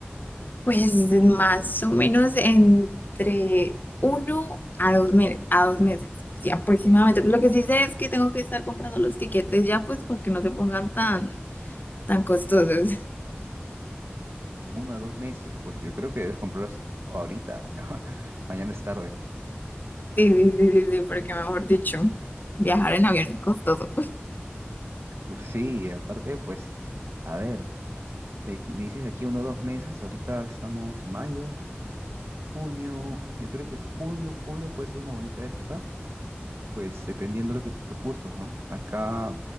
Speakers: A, on the left; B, on the right.
A: Pues más o menos entre uno a dos, me- a dos meses, sí, aproximadamente. Lo que sí sé es que tengo que estar comprando los tiquetes ya pues para que no se pongan tan, tan costosos. <laughs>
B: En uno o dos meses, pues yo creo que debes comprarlos ahorita, <laughs> mañana es tarde.
A: Sí, sí, sí, sí, sí, porque mejor dicho, viajar en avión es costoso.
B: Pues Sí, aparte, pues, a ver, me, me dices de aquí uno o dos meses, ahorita estamos mayo, junio, yo creo que junio, julio puede ser una bonita época, pues dependiendo de lo que tus gustos, ¿no? Acá